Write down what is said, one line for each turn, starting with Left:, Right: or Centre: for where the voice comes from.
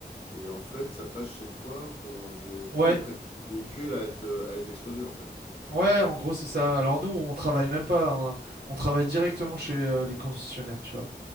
Left: Et en fait, ça passe chez toi pour enlever
Right: Ouais,
Left: tout et préparer le véhicule à être, euh, à être exposé, en fait?
Right: ouais, en gros, c'est ça. Alors nous, on travaille même pas. On, on travaille directement chez euh, les concessionnaires, tu vois.